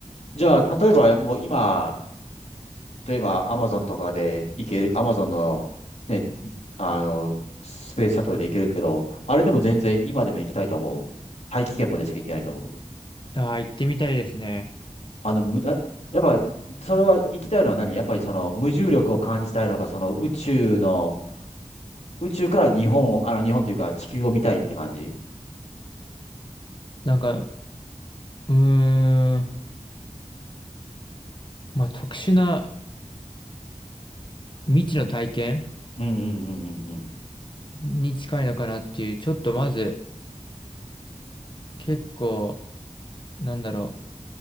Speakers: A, on the left (about 60°); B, on the left (about 40°).
A: じゃあ、例えばもう今、例えば、アマゾンとかで行ける、アマゾンの、ね、あの、スペースシャトルで行けるけど、あれでも全然今でも行きたいと思う。大気圏までしか行けないと思うけど。
B: ああ、行ってみたいですね。
A: あの、む、なやっぱ、それは行きたいのは何やっぱりその無重力を感じたいのか、その宇宙の、宇宙から日本を、あの、日本というか地球を見たいって感じ
B: なんか、うーん、まあ、特殊な未知の体験
A: うんうんうんうんうん。
B: に近いのかなっていう。ちょっとまず、結構、なんだろ